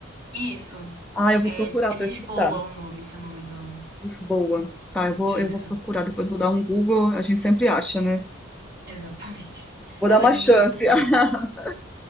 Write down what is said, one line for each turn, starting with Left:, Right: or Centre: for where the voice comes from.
Right: Isso.
Centre: Ah, eu vou
Right: É
Centre: procurar
Right: é
Centre: para
Right: Lisboa
Centre: escutar.
Right: o nome, se eu não me engano.
Centre: Lisboa. Tá, eu vou,
Right: Isso.
Centre: eu vou procurar, depois vou dar um Google, a gente sempre acha, né?
Right: Exatamente.
Centre: Vou
Right: Ela
Centre: dar uma
Right: é muito
Centre: chance.
Right: boa.
Centre: <laughs>